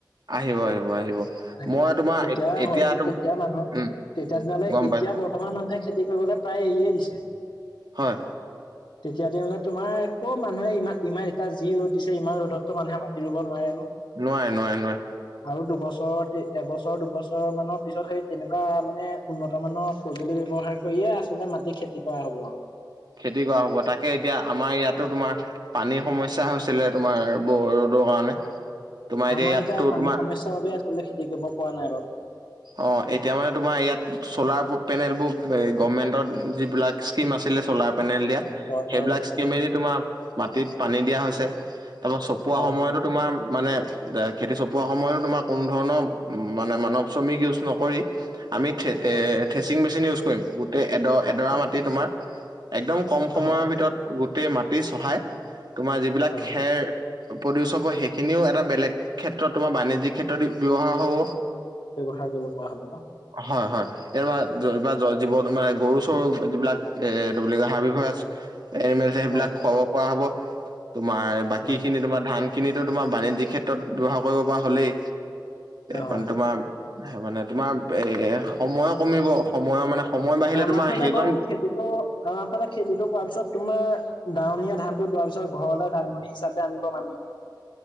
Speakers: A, on the right; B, on the left.
A: আহিব আহিব আহিব
B: আহিব
A: মই তোমাৰ
B: তেতিয়া
A: এতিয়া
B: হয়তো
A: ত
B: তেতিয়া মানুহে
A: উম
B: তেতিয়া দিনলে
A: গম
B: এতিয়া
A: পাই
B: বৰ্তমান মানুহে খেতি কৰিবলৈ প্ৰায় এৰিয়ে দিছে
A: হয়
B: তেতিয়া দিনলে তোমাৰ কত মানুহে ইমান ইমান এতিয়া যি ৰ'দ দিছে ইমান ৰ'দতটো মানুহে মাতি ৰুব নোৱাৰে ন
A: নোৱাই নোৱাই নোৱা
B: আৰু দুবছৰতে এবছৰ দুবছৰ মানৰ পিছত সেই তেনেকুৱা মানে উন্নত মানৰ সঁজুলি ব্যৱহাৰ কৰিয়ে আচলতে মাটি খেতি কৰা হ'ব
A: খেতি কৰা হ'ব তাকে এতিয়া আমাৰ ইয়াত টো তোমাৰ পানীৰ সমস্যা হৈছিলে তোমাৰ ৰ'দৰ কাৰণে তোমাৰ
B: আমাৰ
A: ইয়াততো
B: এতিয়া পানীৰ
A: তোমাৰ
B: সমস্যাৰ বাবে আচলতে খেতি কৰিব পৰা নাই বাৰু
A: অ এতিয়া মানে তোমাৰ ইয়াত চলাৰ পেনেলবোৰ এই গভমেন্টৰ যিবিলাক স্কীম আছে চলাৰ পেনে দিয়া
B: চৰকাৰে
A: সেইবিলাক
B: দিছে
A: স্ক্ৰীমেদি
B: ন
A: তোমাৰ মাটিত পানী দিয়া হৈছে তাৰপৰা চপোৱা
B: হয়
A: সময়তো
B: হয়
A: তোমাৰ মানে খেতি চপোৱা সময়তো তোমাৰ কোনো ধৰণৰ মানে মানৱ শ্ৰমিক ইউজ নকৰি আমি থে
B: হয়
A: থেচিং মেচিন ইউজ কৰিম গোটেই এড
B: হয়
A: এডৰা মাটি তোমাৰ একদম কম সময়ৰ
B: হয়
A: ভিতৰত গোটেই মাটি চহাই তোমাৰ যিবিলাক
B: হয়
A: খেৰ
B: হয়
A: প্ৰদিউচ্ হব সেইখিনিও এটা বেলেগ ক্ষেত্ৰত তোমাৰ বাণিজ্যিক ক্ষেত্ৰত ব্যৱহাৰ হ'ব
B: থাকিব পৰা হ'ব ন
A: হয় হয় এইাৰ এই জীৱ মানে গৰু চৰু যিবিলাক এ এইটো বুলি কয় হাৰ্বি ভৰাছ এমেলে
B: হয়
A: এবিলাক খুৱাব পৰা হ'ব তোমাৰ বাকী
B: হয়
A: খিনি তোমাৰ ধান খিনিটো তোমাৰ বাণিজ্যিক ক্ষেত্ৰত ব্যৱহাৰ কৰিব পৰা হ'লেই
B: হয়
A: মানে তোমাৰ
B: হয়
A: স মানে তোমাৰ এ সময়ো কমিব সময়ো মানে সময় বাঢ়িলে
B: আমাৰ
A: তোমাৰ
B: ফালে
A: সেইজন
B: বাৰু খেতিটো আমাৰ ফালে খেতিটো কৰোৱাৰ পিছত তোমাৰ ডাৱনীয়ে ধানটো দোৱাৰ পিছত ঘৰলৈ ডাঙৰী হিচাপে আনিব মানুহে